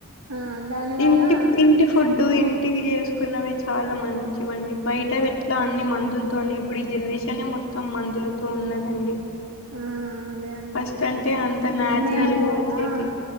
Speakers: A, on the right (about 80°); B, on the left (about 60°).
A: ఆ దాని వల్ల
B: ఇంటి ఇంటి ఫుడ్ ఇంటి చేసుకున్నవే చాలా మంచివండి బయటవి ఎట్లా అన్ని మందులతోనే ఇప్పుడు ఈ జనరేషనే మొత్తం మందులతో ఉన్నదండి
A: ఆ అదే అండి
B: ఫస్ట్
A: అసలు
B: అంటే అంత న్యాచురల్గా
A: మేము
B: వచ్చేటి
A: ఆ